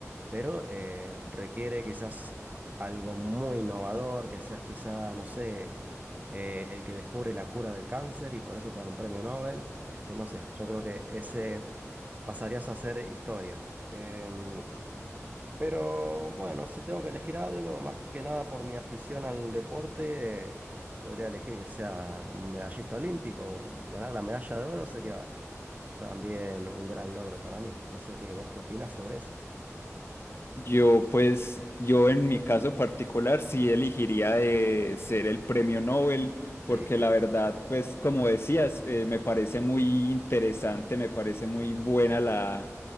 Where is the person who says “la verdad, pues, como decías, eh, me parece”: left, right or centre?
Left